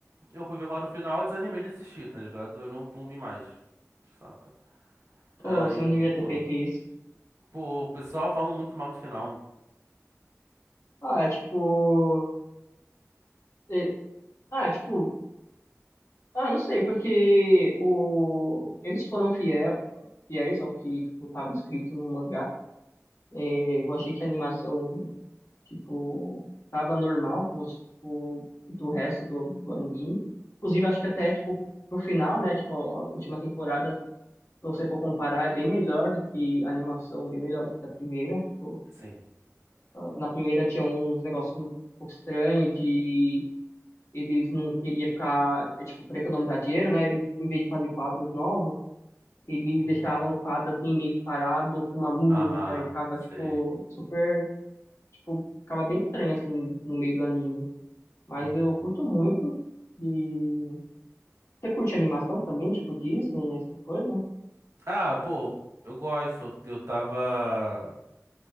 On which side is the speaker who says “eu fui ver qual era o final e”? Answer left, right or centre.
Right